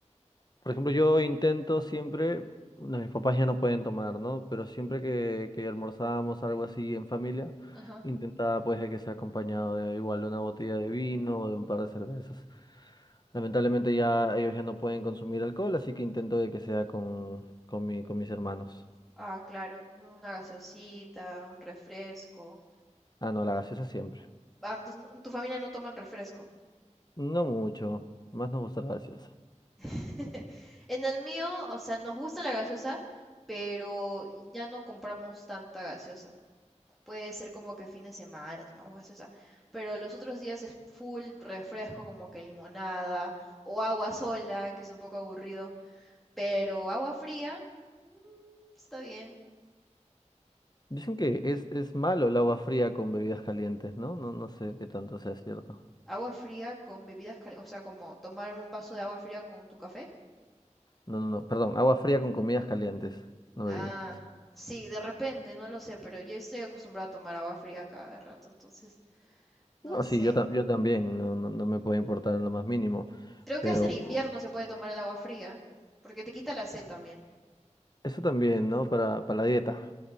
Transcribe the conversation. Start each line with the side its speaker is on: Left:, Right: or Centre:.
Left: Por ejemplo, yo intento siempre, no, mis papás ya no pueden tomar, ¿no? Pero siempre que, que almorzábamos algo así en familia,
Centre: Ajá.
Left: intentaba pues de que sea acompañado de igual de una botella de vino o de un par de cervezas. Lamentablemente ya ellos ya no pueden consumir alcohol, así que intento de que sea con, con mi, con mis hermanos.
Centre: Ujú. Ah, claro, una gaseosita, un refresco.
Left: Ah, no, la gaseosa siempre.
Centre: Ah, entonces no- en tu familia no toman refresco.
Left: No mucho, más nos gusta la gaseosa.
Centre: <laughs> En el mío, o sea, nos gusta la gaseosa, pero ya no compramos tanta gaseosa. Puede ser como que fin de semana tomamos gaseosa, pero los otros días es full refresco, como que limonada o agua sola, que es un poco aburrido, pero agua fría, mm, está bien.
Left: Dicen que es, es malo el agua fría con bebidas calientes, ¿no? No, no sé qué tanto sea cierto.
Centre: Agua fría con bebidas calientes, o sea, como tomar un vaso de agua fría con tu café.
Left: No, no, no, perdón, agua fría con comidas calientes, no
Centre: Ah,
Left: bebidas.
Centre: sí, de repente, no lo sé, pero yo estoy acostumbrada a tomar agua fría cada rato, entonces, no
Left: No,
Centre: sé.
Left: sí, yo, ta- yo también, no, no, no me puede importar en lo más mínimo,
Centre: Creo que
Left: pero
Centre: hasta en invierno se puede tomar el agua fría, porque te quita la sed también
Left: eso también, ¿no? Para, para la dieta.